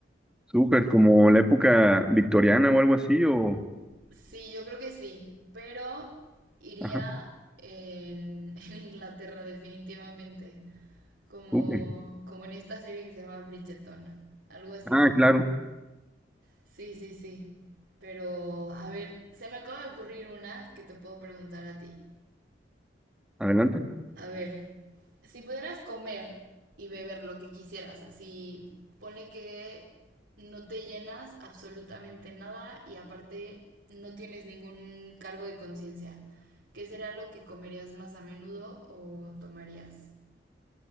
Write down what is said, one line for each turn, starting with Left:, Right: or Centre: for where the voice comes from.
Centre: Súper, como la época victoriana o algo así, o...
Right: Sí, yo creo que sí, pero iría
Centre: Ajá,
Right: en, <laughs> en Inglaterra definitivamente, como,
Centre: súper.
Right: como en esta serie que se llama Bridgerton, algo así.
Centre: Ah, claro,
Right: Sí, sí, sí. Pero, a ver, se me acaba de ocurrir una que te puedo preguntar a ti.
Centre: adelante.
Right: A ver, si pudieras comer y beber lo que quisieras, así, ponle que no te llenas absolutamente nada y aparte no tienes ningún cargo de conciencia, ¿qué será lo que comerías más a menudo o tomarías?